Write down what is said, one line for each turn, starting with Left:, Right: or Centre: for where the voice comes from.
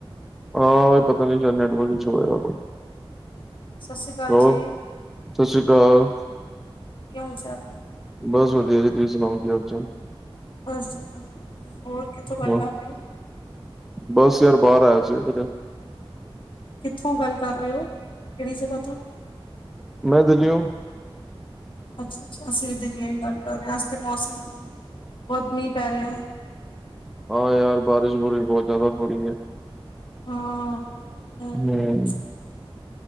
Centre: ਹਾਂ ਉਹ ਪਤਾ ਨਹੀਂ ਸ਼ਾਇਦ ਨੈਟਵਰਕ ਇਸ਼ੂ ਹੋਏਗਾ ਕੋਈ।
Left: ਸਤਿ ਸ੍ਰੀ ਅਕਾਲ
Centre: ਹੋਰ
Left: ਜੀ।
Centre: ਸਤਿ ਸ੍ਰੀ ਅਕਾਲ।
Left: ਕੀ ਹਾਲ ਚਾਲ।
Centre: ਬਸ ਵਧੀਆ ਜੀ, ਤੁਸੀਂ ਸੁਣਾਓ ਕੀ ਹਾਲ ਚਾਲ।
Left: ਬਸ ਜੀ ਵਧੀਆ-ਵਧੀਆ, ਹੋਰ ਕਿੱਥੋਂ ਗੱਲ
Centre: ਹਾਂ,
Left: ਕਰ ਰਹੇ ਹੋ।
Centre: ਬਸ ਯਾਰ ਬਾਹਰ ਆਇਆ ਸੀ ਕਿਤੇ।
Left: ਕਿੱਥੋਂ ਗੱਲ ਕਰ ਰਹੇ ਹੋ, ਕਿਹੜੀ ਜਗ੍ਹਾ ਤੋਂ।
Centre: ਮੈਂ ਦਿੱਲੀ ਹੂ।
Left: ਅੱਛਾ, ਅੱਛਾ ਅਸੀਂ ਵੀ ਦਿੱਲੀਆਂ ਦੀ ਗੱਲ ਕਰ ਰਹੇ ਹਾਂ ਅੱਜ ਤਾਂ ਮੌਸਮ, ਬਹੁਤ ਮੀਂਹ ਪੈ ਰਿਹਾ।
Centre: ਹਾਂ ਯਾਰ ਬਾਰਿਸ਼ ਬੁਰਿਸ਼ ਬਹੁਤ ਜ਼ਿਆਦਾ ਹੋ ਰਹੀ ਹੈ।
Left: ਹਾਂ ਵ
Centre: ਹਮ
Left: ਚ।